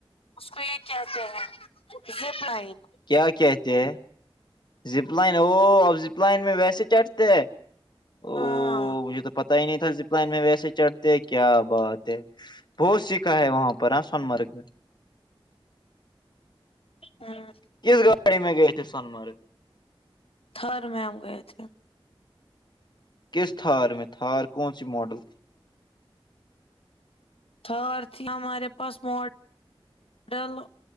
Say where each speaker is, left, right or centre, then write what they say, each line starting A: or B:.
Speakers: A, on the left; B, on the left.
A: اس کو یہ کہتے ہیں زپ لائن
B: کیا کہتے ہیں زپ لائن ہو اب زپ لائن میں ویسے چڑھتے ا
A: ہاں
B: مجھے تو پتا ہی نہیں تھا زپل میں ویسے چڑھتے کیا بات ہے بہت سیکھا ہے وہاں پر ہ سونمرگ میں
A: ہاں
B: کس گاڑی میں گئے تھے سون مرگ
A: تھر میںم گئے تھے
B: کس تھار میں تھار کون سی ماڈل تھی
A: تھار تھی ہمارے پاس ماڈل